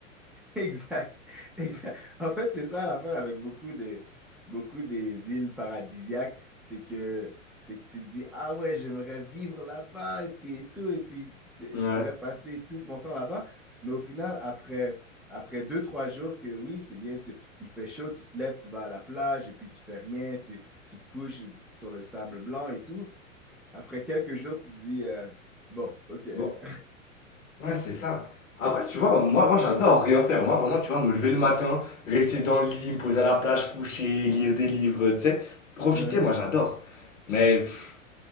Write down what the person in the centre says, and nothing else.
<laughs> Exact, exact. En fait, c'est ça l'affaire avec beaucoup de beaucoup des îles paradisiaques, c'est que, c'est que tu te dis, ah ouais, j'aimerais vivre là-bas et puis et tout, et puis tu-
je pourrais passer tout mon temps là-bas. Mais au final, après, après deux, trois jours que oui, c'est bien, tu- il fait chaud, tu te lèves, tu vas à la plage et puis tu fais rien, tu, tu te couches sur le sable blanc et tout. Après quelques jours, tu te dis, euh, bon, ok, euh,
<laughs> ouais,